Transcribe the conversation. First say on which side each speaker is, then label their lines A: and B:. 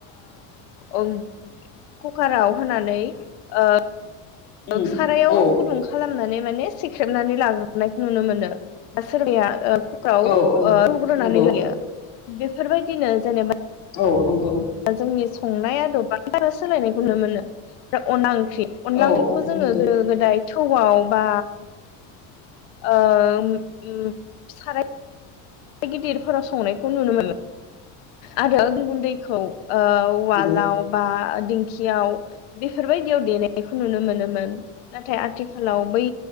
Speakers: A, on the left; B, on the left.
A: ओ कुकाराव होनानै ओ
B: उम
A: सारायाव
B: उम
A: गुदुं खालाम लामनानै माने सिख्रेबनानै लाग्रोनायखौ नुनो मोनो सोरबाया कुकाराव
B: औ औ
A: रुग्रोनानै
B: नंगौ
A: लायो। बेफोरबायदिनो जेनेबा
B: औ नंगौ।
A: जोंनि संनाया अदबआ सोलायनायखौ नुनो मोनो। ओमफ्राय अन ओंख्रि अनला
B: औ
A: ओंख्रिखौ
B: औ
A: जोङो
B: नंगौ
A: गोदो गोदाय थौआव बा ओ ओम साराय गिदिरफोराव संनायखौ नुनो मोनो आरो गुन्दैखौ ओ वालाव
B: नंगौ
A: बा दिंखियाव बेफोरबायदियाव देनायखौ नुनो मोनोमोन नाथाय आथिखालाव बै